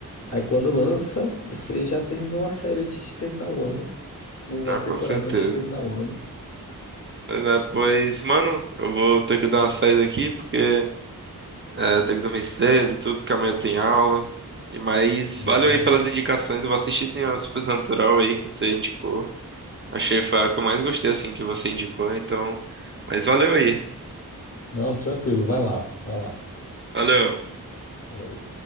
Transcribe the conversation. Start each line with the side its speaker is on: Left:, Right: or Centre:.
Left: aí quando lança, você já terminou a série antes de terminar o ano, ou
Right: Ah,
Left: a temporada
Right: com certeza.
Left: antes de terminar o ano.
Right: Mas é, pois, mano, eu vou ter que dar uma saída aqui, porque é, tenho que dormir cedo e tudo, que amanhã tem aula. E mas
Left: Não,
Right: valeu aí pelas indicações. Eu vou assistir sim a Supernatural aí que você indicou. Achei foi a que eu mais gostei assim que você indicou, então. Mas valeu aí.
Left: não, tranquilo, vai lá, vai lá.
Right: Valeu.
Left: Falou.